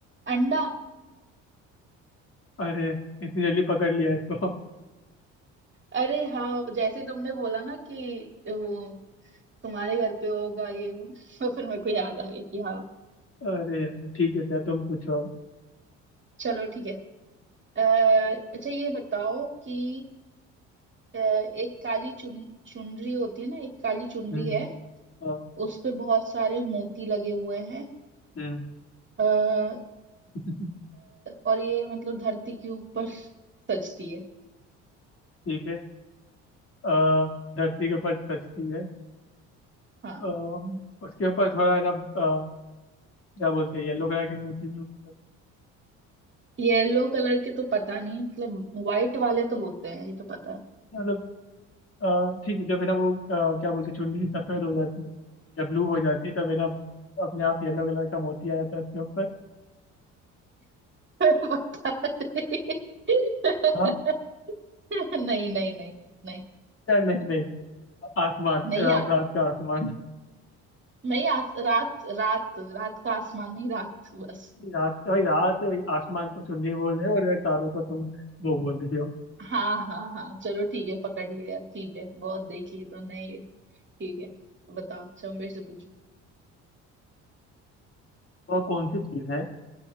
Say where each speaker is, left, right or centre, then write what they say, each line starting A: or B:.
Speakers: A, on the right (about 35°); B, on the left (about 40°).
A: अंडा
B: अरे इतनी जल्दी पकड़ लिया इसको
A: अरे हाँ जैसे तुमने बोला ना कि वो तुम्हारे घर पे होगा ये वो <laughs> तो फिर मेरे को याद आ गया कि हाँ
B: अरे यार, ठीक है क्या तुम पूछो अब
A: चलो ठीक है अ, अच्छा ये बताओ कि अ, एक काली चुन चुनरी होती है ना एक काली चुनरी
B: हम्म
A: है
B: हाँ,
A: उस पे बहुत सारे मोती लगे हुए हैं
B: हम्म
A: आ,
B: <laughs>
A: और ये मतलब धरती के ऊपर <laughs> सजती है
B: ठीक है अ, धरती के ऊपर सजती है
A: हाँ
B: अ, उसके ऊपर थोड़ा है ना अ, क्या बोलते हैं येलो कलर की मोती भी होती है
A: येलो कलर के तो पता नहीं मतलब व्हाइट वाले तो होते हैं ये तो पता है
B: मतलब अ, ठीक है जब है ना वो अ, क्या बोलते हैं चुनरी सफेद हो जाती है या ब्लू हो जाती है तब है ना अपने आप येलो कलर का मोती आ जाता है उसके ऊपर
A: <laughs> पता नहीं <laughs>
B: हाँ
A: नहीं नहीं नहीं नहीं
B: या नहीं नहीं आसमान
A: नहीं
B: अ,
A: आता
B: रात का आसमान
A: नहीं आ, रात रात रात का आसमान नहीं रात बस
B: रात वही रात वही आसमान को चुन्नी बोल रहे हो और तारों को तुम वो बोल रही हो
A: हाँ हाँ हाँ चलो ठीक है पकड़ लिया ठीक है बहुत देख लिए तो नहीं ठीक है बताओ अच्छा मेरे से पूछो
B: वो कौन सी चीज है जो